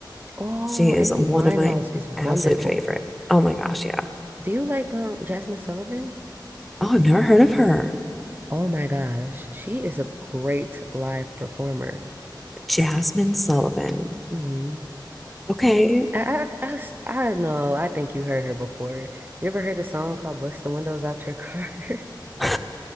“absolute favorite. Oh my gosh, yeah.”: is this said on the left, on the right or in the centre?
Centre